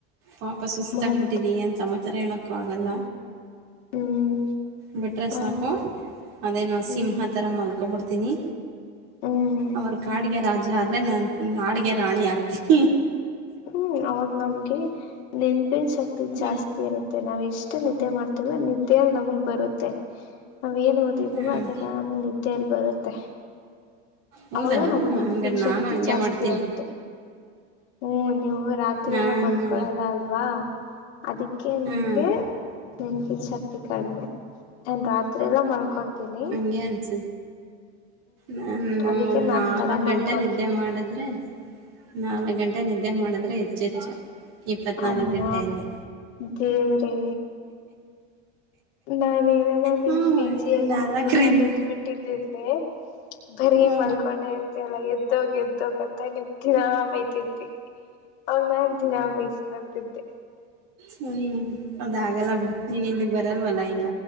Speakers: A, on the right; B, on the left.
A: ಪಾಪ ಸುಸ್ತಾಗ್
B: ಮತ್
A: ಬಿಟ್ಟು ಏನ್ ಸಮಾಚಾರ ಹೇಳಕ್ಕೂ ಆಗಲ್ಲ
B: ಹ್ಮ್
A: ಬಿಟ್ರೆ
B: ಹೌದು
A: ಸಾಕು ಅದೇ ನಾ
B: ಹ್ಮ್
A: ಸಿಂಹ ತರ ಮಲ್ಕೊಬಿಡ್ತೀನಿ
B: ಹ್ಮ್
A: ಅವ್ರ ಕಾಡ್ಗೆ ರಾಜ ಆದ್ರೆ ನನ್ ಕಾಡ್ಗೆ ರಾಣಿ ಆಗ್ತೀನಿ
B: ಹ್ಮ್ ಅವಾಗ ನಮ್ಗೆ ನೆನ್ಪಿನ ಶಕ್ತಿ ಜಾಸ್ತಿ
A: ಹ್ಮ್
B: ಇರುತ್ತೆ ನಾವ್ ಎಷ್ಟು ನಿದ್ದೆ ಮಾಡ್ ನಿದ್ದೆ ನಮಗ್ ಬರುತ್ತೆ ನಾವ್ ಏನ್ ಓದಿದೀವೋ
A: ಹ್ಮ್
B: ಅದೆಲ್ಲಾ ನಮಗ್ ನಿ ತೆರ್ ಬರುತ್ತೆ
A: ಹೌದಾ
B: ಅವಾಗ ನಮ್ ನೆನಪಿನ
A: ಹಂಗಾರೆ
B: ಶಕ್ತಿ
A: ನಾನು ಹಂಗೆ
B: ಜಾಸ್ತಿ
A: ಮಾಡ್ತೀನಿ
B: ಆಗುತ್ತೆ ಹ್ಮ್ ನೀವು ರಾತ್ರಿ
A: ನಾನು
B: ಎಲ್ಲ ಮಲ್ಕೊಳಲ್ಲ ಅಲ್ವಾ ಅದಕ್ಕೆ
A: ಹ್ಮ್
B: ನಿಮ್ಗೆ ನೆನಪಿನ ಶಕ್ತಿ ಕಡಿಮೆ <unintelligible> ರಾತ್ರಿ ಎಲ್ಲಾ ಮಲ್ಕೊಂತೀನಿ
A: ಗ್ಯಾನ್ಸ್ ನಾನು
B: ಅದಕ್ಕೆ ನನ್
A: ನಾಲ್ಕ್
B: ತರ ಮಲ್ಕೊಳ್ಳಿ
A: ಗಂಟೆ ನಿದ್ದೆ ಮಾಡಿದ್ರೆ ನಾಲ್ಕ್ ಗಂಟೆ ನಿದ್ದೆ ಮಾಡಿದ್ರೆ ಹೆಚ್ಚ ಹೆಚ್ಚು ಇಪ್ಪನಾಲಕ್ಕು
B: ಅಮ್ಮ
A: ಗಂಟೆನೆ
B: ದೇವ್ರೇ ನಾನ್ ನಾನ ನಿಮ್
A: ಹ್ಞೂ
B: ಪಿ ಜಿ ಅಲ್ಲಿ
A: ನಾಲ್ಕರಿಂದ
B: ನಿಮ್ ರೂಮ್ ಅಲ್ಲಿ ಇದ್ ಬಿಟ್ಟಿದ್ದಿದ್ರಿ ಬರಿ
A: ಹ್ಞೂ
B: ಮಲ್ಕೊಂಡೆ ಇರ್ತ ಅಲ್ಲ ಎದ್ದೋಗ ಎದ್ದೋಗಂತ ನಿನ್ಗ್ ದಿನ ಬೈ <unintelligible> ಅವನ್ ನಾನ್ ದಿನಾ ಬಯಸ್ಕೊಂತಿದ್ದೆ.
A: ಹ್ಮ್ ಅದಾಗಲ್ಲ ಬಿಡು ನೀನ್ ಇಲ್ಲಿಗ್ ಬರಲ್ವಲ್ಲ ಈಗ